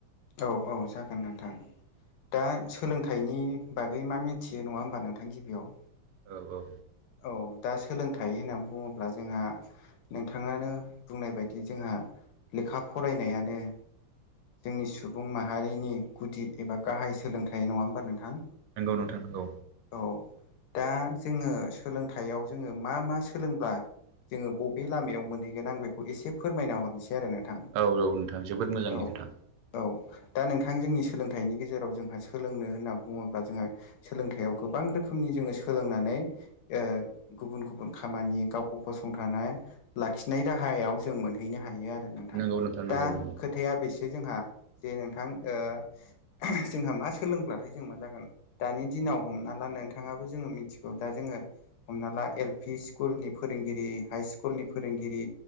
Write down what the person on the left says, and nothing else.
औ औ जागोन नोंथां दा सोलोंथाइनि बागै मा मिथियो नङा होमबा नोंथां गिबियाव
औ दा सोलोंथाइ होननानै बुङोब्ला जोंहा नोंथाङानो बुंनाय बायदि जोंहा लेखा फरायनायानो जोंनि सुबुं माहारिनि गुदि एबा गाहाय सोलोंथाइ नङा होमबा नोंथां?
औ दा जोङो सोलोंथाइयाव जोङो मा मा सोलोंब्ला जोङो बबे लामायाव मोनहैगोन आं बेखौ एसे फोरमायना हरनोसै। नोंथां
औ-
औ दा नोंथ जोंनि सोलोंथाइनि गेजेराव जोंहा सोलोंनो होन्ना बुङोब्ला जोंहा सोलोंथाइयाव गोबां रोखोमनि जोङो सोलोंनानै ओ गुबुन गुबुन खामानि गावखौ फसंथाना लाखिनाय राहायाव जों मोनहैनो हायो आरो नोंथां
दा
खोथाया बेसो जोंहा जे नोंथां ओ जोंहा मा सोलोंब्लाथाय जों मा जागोन दानि दिनाव हमना ला नोंथाङाबो जोङो मिथिगौ दा जोङो हमना ला एल पि स्कुलनि फोरोंगिरि हाइ स्कुलनि फोरोंगिरि